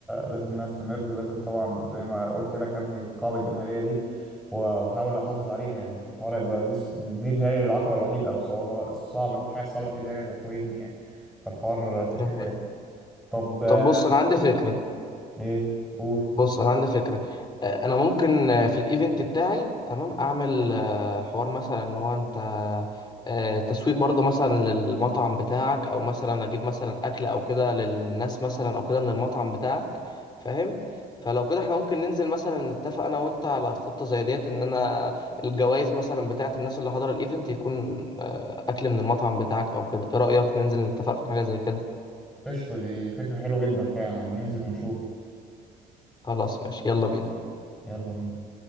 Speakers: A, in the centre; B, on the left (about 25°).
A: لازم ان انا استمر ولازم طبعا زي ما قلت لك هبني القاعدة الجماهيرية دي و- واحاول احافظ عليها يعني فالحوار هيبقى دي دي بتهيألي العقبة الوحيدة او صعبة الصعب الحاجة الصعبة الوحيدة يعني اللي هتواجهني يعني فالحوار فكرة
B: ده حقيقي.
A: يعني طب آه،
B: طب بص انا عندي فكره
A: ايه قول
B: بص انا عندي فكره آه، انا ممكن آه، في الايفنت بتاعي تمام اعمل آه، حوار مثلا ان هو انت آه، تسويق برضو مثلا للمطعم بتاعك او مثلا اجيب مثلا اكل او كده للناس مثلا او كده من المطعم بتاعك فاهم فلو كده احنا ممكن ننزل مثلا نتفق انا وانت على خطه زي ديت ان انا الجوائز مثلا بتاعت الناس اللي حضر الايفنت يكون آه، اكل من المطعم بتاعك او كده ايه رايك ننزل نتفق في حاجه زي كده
A: قشطة دي فكرة حلوة جدا فعلا ننزل ونشوف
B: خلاص ماشي يلا بينا
A: يلا بينا